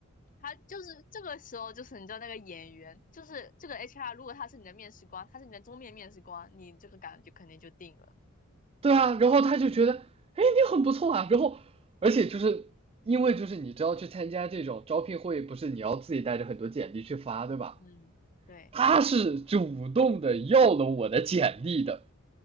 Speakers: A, on the left; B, on the right.
A: 他就是这个时候，就是你知道那个演员，就是这个 HR，如果他是你的面试官，他是你的终面面试官，你这个岗就肯定就定了。
B: 对啊，然后他就觉得，
A: 好吧，
B: 哎，你很不错啊。然后，而且就是因为就是你知道去参加这种招聘会，不是你要自己带着很多简历去发，对吧？
A: 嗯，对，
B: 他是主动的要了我的简历的。